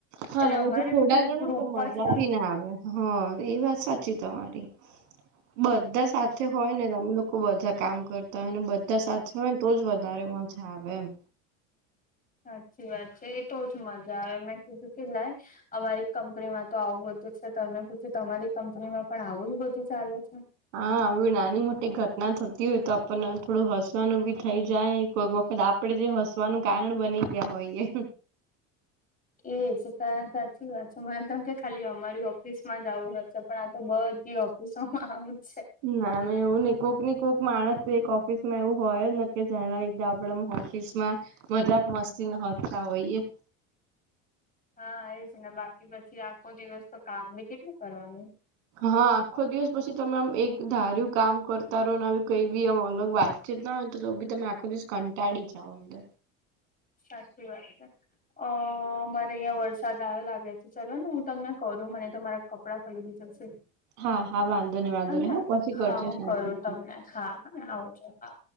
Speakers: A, on the right (about 75°); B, on the left (about 20°).
A: હા
B: એટલે
A: હવેજો
B: અમારે
A: થોડા
B: કેવું
A: જણો ને
B: ગ્રુપ
A: તો મજા
B: જ નથી
A: બી ના આવે. હ એ વાત સાચી તમારી. બધા સાથે હોય ને અમે લોકો બધા કામ કરતા હોય ને બ ધા સાથે હોયને તો જ વધારે મજા આવે એમ.
B: સાચી વાત છે એ તો જ મજા આવે મેં કીધું કે લાય અમારી કંપનીમાં. તો આવું બધું જ છે તમને પૂછ્યું તમારી કંપનીમાં પણ આવું જ બધું ચાલે છે.
A: હા આવી નાની મોટી ઘટના થતી હોય તો આપણને થોડું હસવાનું બી થઈ જાય. કોઈક વખત આપડે જે હસવાનું કારણ બની ગયા હોયએ.
B: એજ તારા સાચી વાત છે મનેમ કે ખાલી અમારી ઓફિસ માં જ આવું હશે પણ આ તો બધી ઓ સોમાં આવું જ છે.
A: ના ના એવું નઈ કોઈક ની કોઈક માણસ એક ઓફિસ માં એવું હોય કે જાયના લીધે આપડે હો. ફીસ માં મજાક મસ્તી મા હોતા હોયએ.
B: હા એજ ને બાકી પછી આખો દિવસ તો કામબી કેટલું કરવાનું.
A: હા આખો દિવસ પછી તમે આમ એક ધાર્યું કામ કરતા રહો કઈ બીમ અલગ વાત. ચીત ના હોય તો બી તમે આખો દિવસ કટાળી જાઓ અંદર.
B: સાચી વાત છે. અ મારે અહં વરસાદ આવયો લાગે છે ચલો ને હું તમને કરું મને તો તમાર. કપડાં પલળી જશે
A: હા હા વાંધો નહી વાંધો
B: હ
A: નહી હા પછી કરજો
B: હા હું
A: શાંતિથી
B: કરું તમને હા આવજો હા.